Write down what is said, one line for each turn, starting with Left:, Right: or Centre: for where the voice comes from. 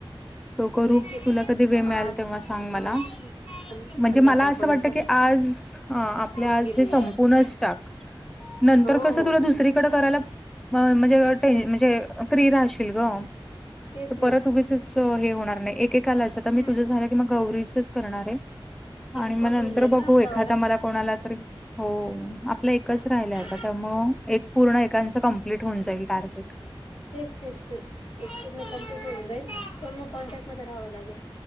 Centre: तो करू
Left: तु एक एक
Centre: तुला कधी वेळ
Left: आज
Centre: मिळाल तेव्हा सांग मला.
Left: आ सन
Centre: म्हणजे
Left: संध्याकाळपर्यंत
Centre: मला असं वाटतं की आज अ आपले
Left: करून
Centre: आज
Left: घेईल
Centre: ते
Left: मी
Centre: संपूनच
Left: एखाद
Centre: टाक नंतर
Left: हो हो
Centre: दुसरीकडं करायला अ म्हणजे
Left: तेच
Centre: टेन
Left: ना
Centre: म्हणजे फ्री राहशील ग
Left: तेच
Centre: तर
Left: ना
Centre: परत उगीचच अ हे होणार नाही, एकेकालाच
Left: हम्म
Centre: तर मी तुझं झालं कि मग गौरीचंच करणारय.
Left: एक
Centre: आणि
Left: कॉल
Centre: म नंतर
Left: होऊन जाईल
Centre: बघू
Left: ना आपलावाला
Centre: एखादा मला कोणाला तरी, हो आपलं एकच राहिलाय
Left: असं
Centre: आता. ता मग एक पूर्ण ए कांचं कम्प्लीट होऊन जाईल टार्गेट.
Left: तेच तेच तेच, एक कमी कम्प्लीट होऊन जाईल, पण मग कॉन्टॅक्ट मध्ये राहावं लागेल.